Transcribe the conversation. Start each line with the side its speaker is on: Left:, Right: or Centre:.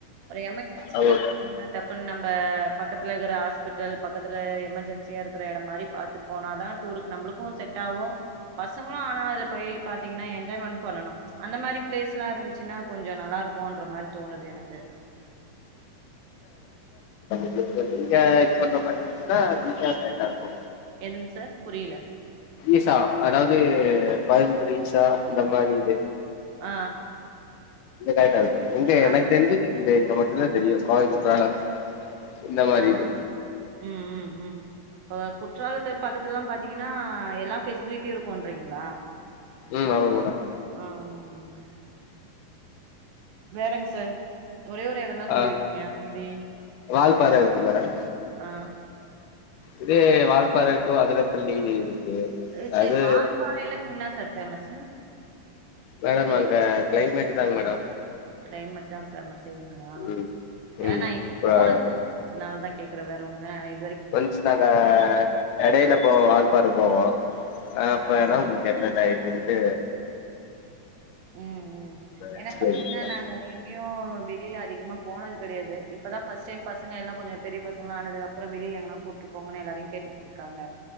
Right: ஒரு எமர்ஜென்சின்னா
Left: ஆமா
Right: பாத்தீங்ன்னா ட்ப்புன் நம்ப பக்கத்துல இருகிற ஹாஸ்பிட்டல் பக்கத்துல எமர்ஜென்சியா இருக்கிற எடோ மாரி பாத்துட் போனா தா டூருக்கு நம்ப்ளுக்கு செட் ஆவு பசங்களு ஆனா அதுல போய் பாத்தீங்கன்னா என்ஜாய்மெண்ட் பண்ணனு அந்த மாரி பிளேஸ்லா இருந்துச்சின்னா கொஞ்சோ நல்லாருக்கோன் ருக்குற மாரி தோணுது எனக்கு
Left: இப்பே நீங்க இது பண்ற மாரி இருந்துச்சுனா ஈசா <unintelligible> தா இருக்கு
Right: என்னங் சார் புரியல
Left: ஈசா அதாவ்து கோயம்புத்தூர் ஈசா இந்த மாரி இது
Right: ஆ
Left: இது கரெட்டா இருக்கு இங்க
Right: ஆ
Left: எனக் தெர்ஞ்சது இங்க இத மட்டு தா தெரியு கோவை குற்றாலம் இந்த மாரி
Right: ஆ அ
Left: இது
Right: ம் ம் ம் இப்ப குற்றாலத்து பக்கத்துல்லா பாத்தீங்கன்னா எல்லா ஃபெஸ்பிலிட்டியு இருக்குன்றீங்களா
Left: ம் ஆமாங்க மேடம்
Right: ஆ ம் வேறெங் சார் ஒரே ஒரு எடோ தா சொல்லியிருக்கீங்க
Left: ஆ
Right: மீதி
Left: வால்பாற இருக்கு மேடம்
Right: ஆ
Left: இதே வால்பாற டு அதிரப்பள்ளி இருக்கு
Right: அ செரி
Left: அது
Right: வால்பறைல்லா இன்னா சார் ஃபேமஸு
Left: மேடம் அங்க க்ளைமேட்டு தாங்க மேடம்
Right: க்ளைமேட் தா ஃபேமஸ் அப்டிங்ளா
Left: ம்
Right: ஏன்னா
Left: ம்
Right: நா எங்கியு போனது
Left: அ
Right: இல்லங்க அதனாலதா கேக்குற வேற ஒன்னு இல்ல <unintelligible>
Left: ஃபரெண்ஸ் நாங்க எடையில போவோம வால்பாற போவோ அ அப்ப வேனா
Right: ம்
Left: உங்குளுக்கு என்ன டைம்ன்டு
Right: ம் ம் ஏன்னா
Left: எக்ஸ்பிளைன்
Right: பாத்தீங்கன்னா
Left: பண்றே
Right: நாங்க எங்க்யு வெளியில அதிகமா போனது கெடையாது இப்பதான் ஃபஸ்ட் டைம் பசங்க எல்லா கொஞ்சோ பெரிய பசங்களா ஆனது அப்புறோ வெளில எங்கனா கூட்டு போங்கன்னு எல்லாரையு கேட்டுட்டுருக்காங்க